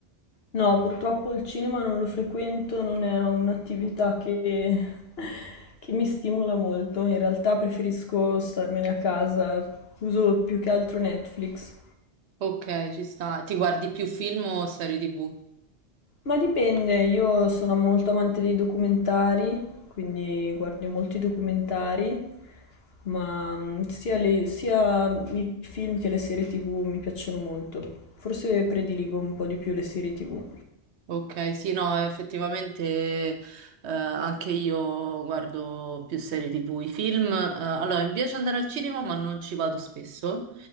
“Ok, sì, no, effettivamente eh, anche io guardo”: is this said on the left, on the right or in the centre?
Right